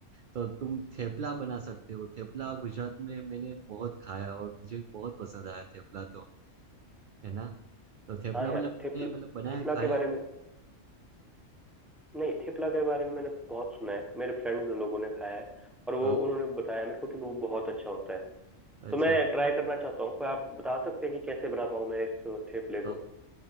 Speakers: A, on the right; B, in the centre.
A: तो तुम थेपला बना सकते हो थेपला गुजरात में मैंने बहुत खाया और मुझे बहुत पसंद आया थेपला तो है ना तो थेपला
B: हाँ यार
A: मतलब तुमने
B: थेपल
A: मतलब बनाया
B: थेपला
A: खाया
B: के बारे
A: है कभी
B: में नहीं थेपला के बारे में मैंने बहुत सुना है मेरे फ्रेंड्स लोगों ने खाया है और
A: हाँ
B: वो उन्होंने बताया मेरे को कि वो बहुत अच्छा होता है
A: अच्छा
B: तो मैं ट्राई करना चाहता हूँ कोई आप बता सकते हैं कि कैसे बना पाऊँ मैं इस थेपले
A: हाँ
B: को
A: हाँ